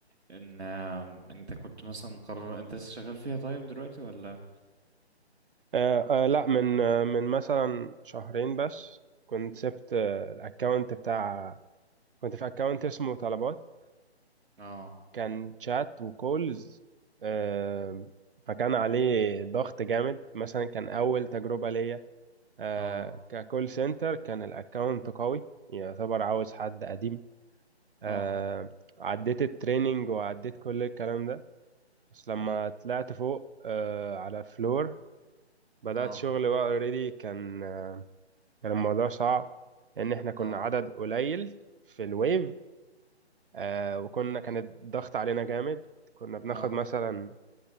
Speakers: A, on the right; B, on the right.
A: ان آم، انت كنت مثلا مقرر انت لسه شغال فيها طيب دلوقتي ولا
B: آه، آه، لا من آه، من مثلا شهرين بس كنت سبت آه، الأكاونت بتاع كنت في أكاونت اسمه طلبات
A: اه
B: كان شات وكولز آه، فكان عليه ضغط جامد مثلا كان أول تجربة ليا آه،
A: اه
B: ككول سنتر كان الأكاونت قوي يعتبر عاوز حد قديم آه،
A: اه
B: عديت التريننج وعديت كل الكلام ده بس لما
A: امم
B: طلعت فوق آه على الفلور بدأت
A: اه
B: شغل بقى اوريدي كان آه، كان الموضوع صعب لأن احنا كنا
A: اه
B: عدد قليل في الويف آه وكنا كان الضغط علينا جامد كنا بناخد
A: اه
B: مثلا